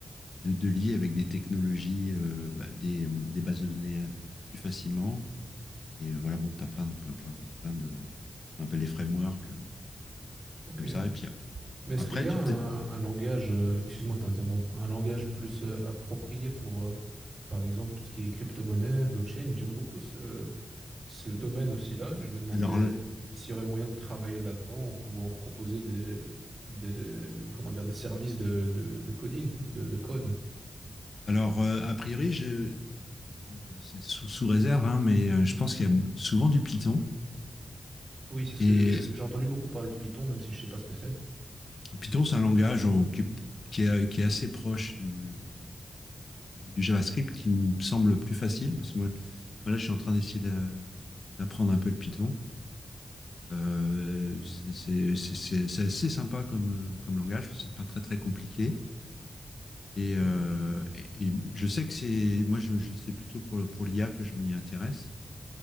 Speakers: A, on the left; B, on the right.
A: de, de lier avec des technologies, euh, bah, des, des bases de données euh, plus facilement. Et euh, voilà, bon, tu as plein, de- plein, plein, plein de ce qu'on appelle les frameworks, euh, des choses
B: ok.
A: comme ça. Et puis
B: Mais est-ce
A: après,
B: qu'il y a
A: tu
B: un,
A: peux.
B: un langage, euh, excuse-moi de t'interrompre, un langage plus euh, approprié pour, euh, par exemple, tout ce qui est crypto-monnaie, blockchain? J'aime beaucoup ce, ce domaine aussi-là. Je me demandais
A: Alors,
B: s'il y aurait moyen de travailler là-dedans en pouvant proposer des, des, comment dire, des services de, de- de coding ou de, de code.
A: alors euh, a priori, je... euh, c'est sous, sous réserve, hein, mais euh, je pense qu'il y a souvent du Python.
B: Oui, c'est ce
A: Et
B: que j'ai j'ai entendu beaucoup parler de Python, même si je sais pas ce que c'est.
A: Python, c'est un langage euh, qui, qui est, qui est assez proche du, du, du JavaScript qui me semble plus facile. Parce que moi, moi, là, je suis en train d'essayer d'a- d'apprendre un peu le Python. Euh, c'est c'est- c'est- c'est- c'est assez sympa comme, euh, comme langage, c'est pas très très compliqué. Et,
B: Ok.
A: euh, et, et je sais que c'est, moi je, je- c'est plutôt pour le, pour l'IA que je m'y intéresse.